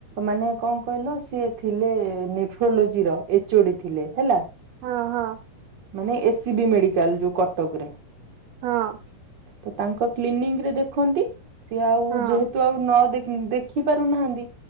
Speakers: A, on the right; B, on the right.
A: ମାନେ କଣ କହିଲ ସିଏ ଥିଲେ ନେଫ୍ରୋଲୋଜି ର ଏଚଓଡି ଥିଲେ ହେଲା।
B: ହଁ ହଁ
A: ମାନେ ଏସ୍ ସିବି ମେଡିକାଲ ଯୋଉ କଟକରେ।
B: ହଁ
A: ତ ତାଙ୍କ କ୍ଲିନିକ ରେ ଦେଖନ୍ତି। ସିଏ ଆଉ
B: ହଁ
A: ଯେହେତୁ ଆଉ ନ ଦେଖି ପାରୁନାହାନ୍ତି